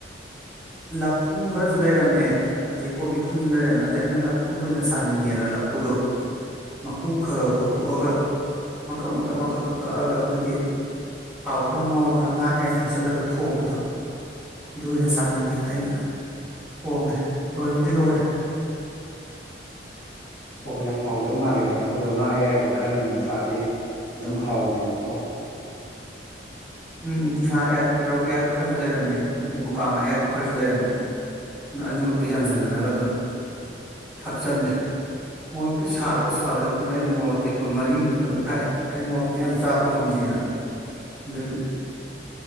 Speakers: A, in the centre; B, on the left.
A: ꯂꯐꯨ ꯈꯔꯁꯨ ꯂꯩꯔꯝꯃꯦ ꯑꯗꯩ ꯀꯣꯕꯤ ꯐꯨꯜꯁꯨ ꯂꯩꯔꯝꯃꯦ ꯑꯗ ꯑꯩꯅ ꯂꯐꯨꯗ ꯑꯣꯏꯅ ꯆꯥꯅꯤꯡꯉꯦꯅ ꯂꯐꯨ ꯐꯨꯗꯣ ꯃꯀꯨ ꯈꯔ ꯈꯣꯛꯇꯣꯛꯑꯒ ꯃꯀꯞ ꯃꯀꯛ ꯃꯀꯛ ꯀꯛꯑꯒ ꯑꯩꯈꯣꯏꯒꯤ ꯊꯥꯎ ꯈꯔ ꯉꯧꯔꯒ ꯉꯥ ꯌꯥꯌꯥꯏ ꯊꯥꯛꯆꯤꯜꯂꯒ ꯊꯣꯡꯕꯗꯣ ꯑꯗꯨ ꯑꯣꯏꯅ ꯆꯥꯅꯤꯡꯉꯤ ꯒꯦꯅ ꯑꯩꯅ ꯊꯣꯡꯉꯦ ꯂꯣꯏꯕꯨꯗꯤ ꯂꯣꯏꯔꯦ
B: ꯑꯣ ꯌꯥꯝ ꯍꯥꯎꯗꯧ ꯃꯥꯜꯂꯦ ꯂꯐꯨꯗꯣ ꯉꯥ ꯑꯌꯥꯏꯕ ꯈꯔ ꯅꯝꯅ ꯊꯥꯛꯑꯗꯤ ꯑꯗꯨꯝ ꯍꯥꯎꯕꯅꯦꯕꯀꯣ
A: ꯎꯝ ꯉꯥ ꯑꯌꯥꯏꯕ ꯔꯧ ꯑꯌꯥꯏꯕ ꯈꯔꯖꯨ ꯂꯩꯔꯝꯃꯦ ꯑꯗꯩ ꯃꯨꯀꯥ ꯉꯥ ꯑꯌꯥꯏꯕ ꯈꯔꯖꯨ ꯂꯩꯔꯝꯃꯦ ꯑꯅꯤꯃꯛꯇ ꯌꯥꯟꯁꯤꯟꯅꯔꯒ ꯑꯗꯨꯝ ꯊꯥꯛꯆꯜꯂꯦ ꯃꯣꯔꯣꯛꯇꯤ ꯁꯥꯒꯗ꯭ꯔꯥ ꯁꯥꯔꯣꯏꯗ꯭ꯔꯥ ꯈꯪꯗꯦ ꯑꯩꯅ ꯃꯣꯔꯣꯛ ꯇꯦꯛꯄ ꯃꯔꯤꯃꯨꯛꯇꯪ ꯊꯥꯛꯑꯦ ꯑꯩ ꯃꯣꯔꯣꯛꯇꯤ ꯌꯥꯝ ꯆꯥꯕ ꯉꯝꯗꯦ <unintelligible> ꯑꯗꯨꯒꯤ